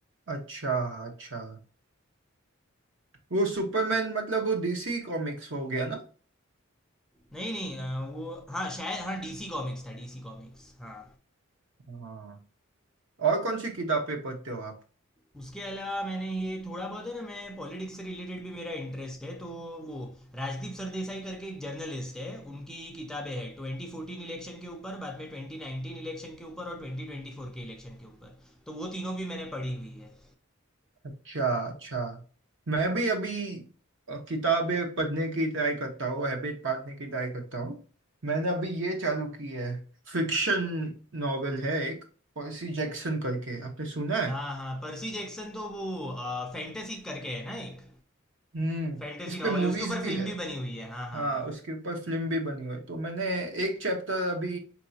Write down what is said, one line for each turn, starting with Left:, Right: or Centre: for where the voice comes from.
Right: अच्छा अच्छा वो सुपरमैन मतलब वो डीसी कॉमिक्स हो गया ना
Centre: नहीं नहीं अ, वो हाँ शायद हाँ डीसी कॉमिक्स था डीसी कॉमिक्स हाँ
Right: हाँ और कौन सी किताबें पढ़ते हो आप
Centre: उसके अलावा मैंने ये थोड़ा बहुत है ना मैं पॉलिटिक्स से रिलेटेड भी मेरा इंटरेस्ट है तो वो राजदीप सरदेसाई करके एक जर्नलिस्ट है उनकी किताबें हैं ट्वेंटी फोर्टीन इलेक्शन के ऊपर बाद में ट्वेंटी नाइनटीन इलेक्शन के ऊपर और ट्वेंटी ट्वेंटी फोर के इलेक्शन के ऊपर तो वो तीनों भी मैंने पढ़ी हुई है
Right: अच्छा अच्छा मैं भी अभी अ, किताबें पढ़ने की ट्राई करता हूँ हैबिट पालने की ट्राई करता हूँ मैंने अभी ये चालू की है फिक्शन नॉवेल है एक पर्सी जैक्सन करके आपने सुना है
Centre: हाँ हाँ पर्सी जैक्सन तो वो फैंटेसी करके है ना एक
Right: हम्म
Centre: फैंटेसी
Right: उस
Centre: नॉवल
Right: पे मूवीज
Centre: है उसके ऊपर
Right: भी
Centre: फिल्म
Right: है
Centre: भी बनी हुई है हाँ हाँ
Right: हाँ
Centre: हाँ
Right: उसके ऊपर फिल्म भी बनी हुई है तो मैंने एक चैप्टर अभी